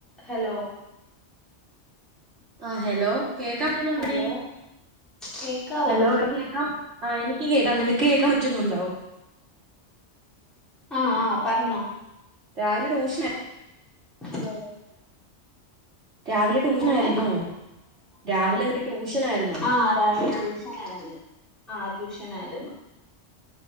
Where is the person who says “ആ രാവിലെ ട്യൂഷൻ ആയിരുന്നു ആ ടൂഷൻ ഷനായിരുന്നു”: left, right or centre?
Centre